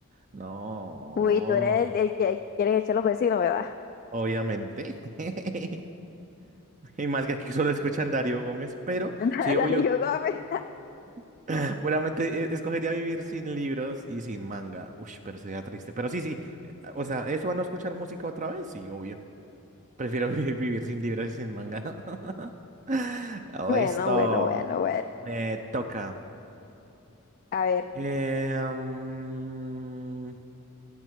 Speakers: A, on the right; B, on the left.
A: No,
B: Uy, tú eres el, el que, el que quieren echar los vecinos, ¿verdad?
A: obviamente. <laughs> Y más que aquí solo escuchan Darío Gómez, pero
B: <laughs>
A: sí, obvio.
B: Darío Gómez.
A: <laughs> Seguramente eh, escogería vivir sin libros y sin manga. Uy, pero sería triste. Pero sí, sí. eh, ah, O sea, ¿eso a no escuchar música otra vez? Sí, obvio. Prefiero <laughs> vivir, vivir sin libros y sin manga. <laughs>
B: Bueno,
A: Listo.
B: bueno, bueno, bueno.
A: Me toca.
B: A ver,
A: Eh, mm,